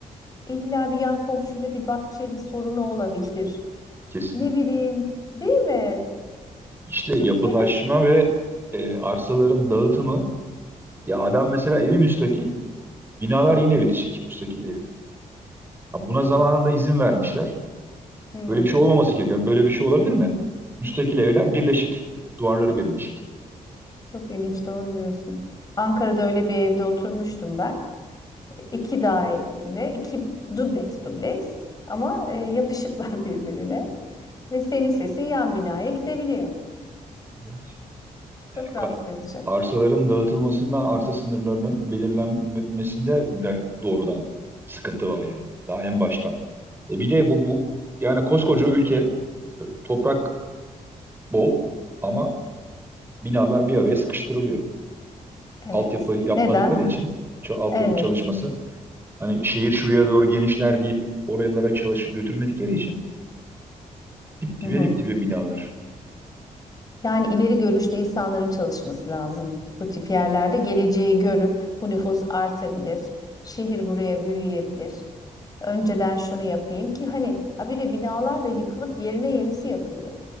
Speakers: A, on the left; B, on the right.
A: illa bir yan komşuyla bir bahçeye bir sorunu olabilir. <laughs>
B: Kesinlikle.
A: Ne bileyim, değil mi?
B: İşte
A: Türkiye'de
B: yapılaşma ve e, arsaların dağıtımı. Ya adam mesela evi müstakil, binalar yine bitişik müstakil evler. Ha, buna zamanında izin vermişler.
A: Hmm,
B: Böyle bir şey olmaması gerekiyor. Böyle bir şey olabilir mi? Müstakil evler birleşik. Duvarları birleşik.
A: çok ilginç doğru diyorsun. Ankara'da öyle bir evde oturmuştum ben. İki daire, iki dubleks dubleks ama e, yapışıklar <laughs> birbirine ve senin sesin yan binaya gidebiliyor.
B: Evet.
A: Çok
B: Yani
A: rahatsız
B: ka-
A: edici.
B: arsaların dağıtılmasından arsa sınırlarının belirlenmesinde de doğrudan sıkıntı var yani. Daha en baştan. E bir de bu, bu yani koskoca ülke e, toprak bol ama binalar bir araya sıkıştırılıyor.
A: Evet.
B: altyapı yapmadıkları
A: Neden?
B: için ça- altyapı
A: Evet.
B: çalışması hani şehir şuraya doğru genişler deyip oralara çalış götürmedikleri için dip dibe
A: Hı hı.
B: dip dibe binalar.
A: Yani ileri görüşlü insanların çalışması lazım. Bu tip yerlerde geleceği görüp bu nüfus artabilir. Şehir buraya büyüyebilir. Önceden şunu yapayım ki hani habire binalar da yıkılıp yerine yenisi yapılıyor.